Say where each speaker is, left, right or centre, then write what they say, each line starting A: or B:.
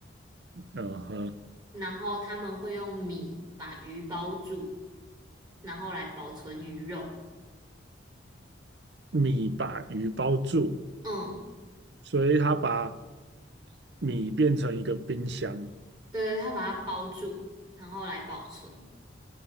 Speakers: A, on the right; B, on the right.
A: 嗯哼，
B: 然后他们会用米把鱼包住，然后来保存鱼肉。
A: 米把鱼包住，
B: 嗯，
A: 所以他把米变成一个冰箱。
B: 对，他把它包住，然后来保存。